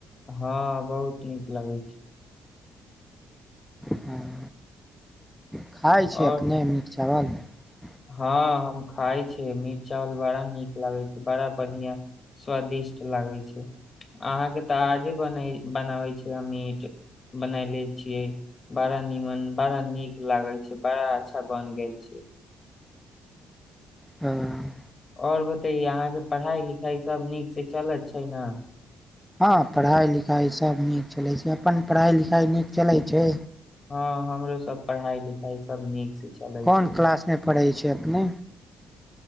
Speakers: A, on the left; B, in the centre.
A: हँ बहुत नीक लागै छै
B: हँ खाइ
A: आओर
B: छै अपने छै मीट <unintelligible>
A: हँ हम खाय छियै मीट चावल बड़ा नीक लागै छै बड़ा बढ़ियाँ स्वादिष्ट लागै छै अहाँके तऽ आजे बने-बनाबै छियै मीट बनयले छियै बड़ा निमन बड़ा नीक लागै छै बड़ा अच्छा बन गेल छै
B: हँ
A: आओर बतैयै अहाँके पढ़ाई लिखाई सब नीक से चलै छै न
B: हँ पढ़ाइ लिखाइ सभ नीक चलै छै अपन पढ़ाइ लिखाइ नीक चलै छै
A: हँ हमरोसभ पढ़ाइ लिखाइ सभ नीकसँ चलै
B: कोन
A: छै
B: क्लासमे पढ़ै छै अपने